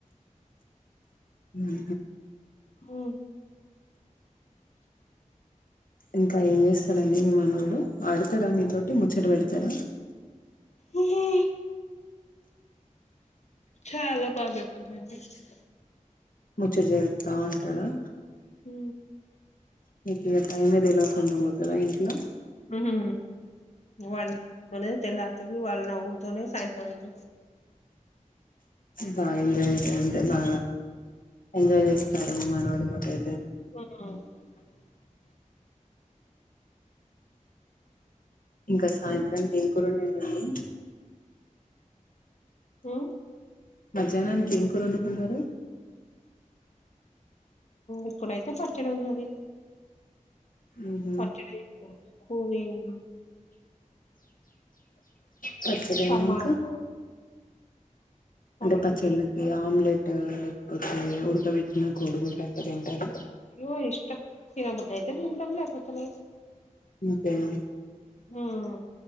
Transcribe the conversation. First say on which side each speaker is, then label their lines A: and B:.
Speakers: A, on the left (about 85°); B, on the left (about 55°).
A: అహ
B: ఉమ్
A: ఇంకా ఏం చేస్తాడండి మీ మానవుడు ఆడతాడా మీతోోటి ముచ్చట పెడతార
B: ఉహూ చాల బాగ టూజంటస్ <inaudible>
A: ముచ్చట జెత్తా ఉంటాడు
B: హు
A: నీకు ఇక టైమ్ే తెలవకుండా పోతుందా ఇంట్లో
B: ఉహు వాల్ల తోనే తెల్లా త వాళ్ళ నవ్వుల్తోనే సాయంత్రమైత
A: బాగా ఎంజాయ్ చే అంటే బా ఎంజాయ్ చేస్తారు మనోడి తోటి
B: మ్
A: ఇంక సాయంత్రాం ఏం కూర నింటుంది
B: హు
A: మధ్యాహ్నానికి ఏం కూర వండుకున్నారు
B: ఇక్కడైతే పచ్చడి ఉన్నది
A: ఊహు
B: పచిడి వెయిపో పదని
A: పచ్చడినా
B: టమాటో
A: ఇంకా అంటే
B: అవన్నీ
A: పచలుకి ఆమ్లేట్ తాలు ఓకే ఉడక బేటీనా కోడుగుడ్ పెట్ట తింటారు
B: ఇవ ఇష్ట చిన బుద్ధ అయితే ఉంటె థింటామ్ లేకపోతే లే
A: ఇంతేనా
B: ఉమ్